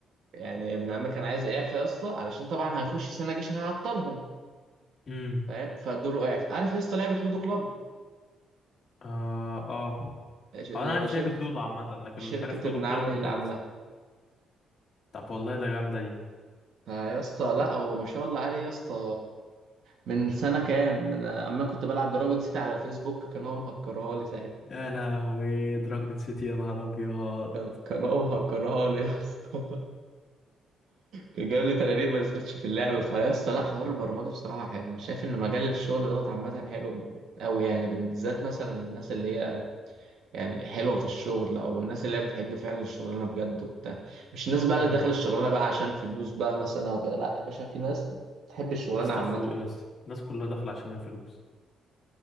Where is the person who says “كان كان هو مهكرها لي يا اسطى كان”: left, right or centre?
Right